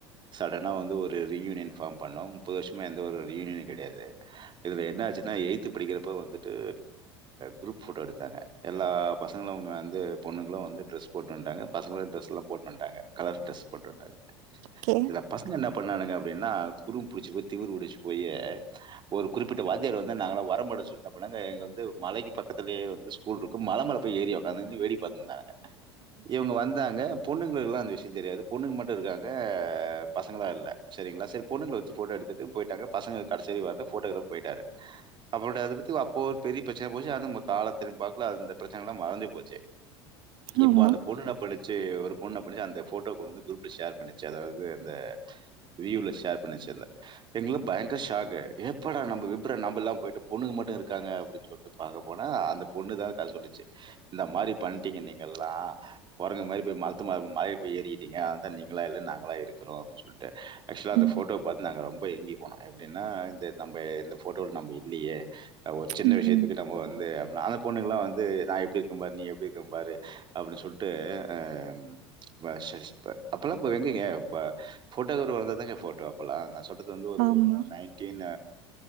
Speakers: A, on the right; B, on the right.
A: சடனா வந்து ஒரு ரீயூனியன் ஃபார்ம் பண்ணோ முப்பது வர்ஷமா எந்த ஒரு ரீயூனியனு கெடையாது இதுல என்ன ஆச்சுன்னா எய்த் படிக்கிறப்ப வந்துட்டு குரூப் போட்டோ எடுத்தாங்க எல்லா பசங்களு வந்து பொண்ணுங்களு வந்து ட்ரெஸ் போட்டு வந்ட்டாங்க பசங்களு டிரெஸ்ல்லா போட்டு வந்ட்டாங்க கலர் ட்ரெஸ் போட்டு விட்டாங்க
B: ஓகே.
A: இதுல பசங்க என்ன பண்ணானுங்க அப்டின்னா குரும்பு புடுச்சு போய் திமிரு புடுச்சு போயி ஒரு குறிப்பிட்ட வாத்தியர் வந்து நாங்களா வரமாட்டோ சொல்ட்டோ அப்ப நாங்க இங்க வந்து மலைக்கு பக்கத்திலே வந்து ஸ்கூல் இருக்கு மல மேல போய் ஏரி ஒக்காந்துகின்னு வேடிக்க பாத்ருந்தாங்க இவுங்க வந்தாங்க பொண்ணுங்களுக்குல்லா அந்த விஷ்யோ தெரியாது பொண்ணுங்க மட்டு இருக்காங்க பசங்களா இல்ல செரிங்களா செரி பொண்ணுங்கள வெச்சு ஃபோட்டோ எடுத்துட்டு போய்ட்டாங்க பசங்க கடசி வரைக்கு வர்ல ஃபோட்டோக்ராப் போய்ட்டாரு அப்டே அத பத்தி அப்போ ஒரு பெரிய பிரச்சன போச்சு அது ம் காலத்தி திரும் பாக்குல அந்த பிரச்சனல்லா மறந்தே போச்சு இப்போ
B: ஆமா.
A: அந்த பொண்ணு என்னா பண்ணுச்சு ஒரு பொண்ண புடுச்சு அந்த ஃபோட்டோ கொண்டுந்து குரூப்ல ஷேர் பண்ணிச்சு அதாவது அந்த வீய்வ்ல ஷேர் பண்ணுச்சு அத எங்களுக்ளா பயங்கர ஷாக்கு எப்படா நம்ம விப்ர நம்ப இல்லாம போய்ட்டு பொண்ணுங்க மட்டு இருக்காங்க அப்டின்னு சொல்ட்டு பாக்க போனா அந்த பொண்ணு தா கத சொல்லிச்சு இந்த மாரி பண்ட்டீங்க நீங்கெல்லா கொரங்கு மாரி போய் மரத்து மேல மல பேய் ஏறிக்கிட்டீங்க நீங்கெல்லா இல்ல நாங்கெல்லா இருக்கறோ அப்டி சொல்லிட்டு ஆக்சுவலா அந்த
B: ம்.
A: ஃபோட்டோ பாத் நாங்க ரொம்ப ஏங்கி போனோ எப்டின்னா இந்த நம்ம இந்த ஃபோட்டோல நம்ப இல்லெயே ஒரு சின்ன
B: ம்.
A: விஷயத்துக்கு நம்ம வந்து அ நாங்க பொண்ணுங்க எல்லா வந்து நா எப்டி இருக்கே பாரு நீ எப்டி இருக்கெ பாரு அப்டி சொல்ட்டு அ வ ஷஷ் ப்ப அப்பெல்லா ப எங்கங்க ப ஃபோட்டோக்கார் ஒருத்தர் தாங்க ஃபோட்டோ அப்பெல்லா நா சொல்றது வந்து ஒரு
B: ஆமா.
A: நைன் டின்ன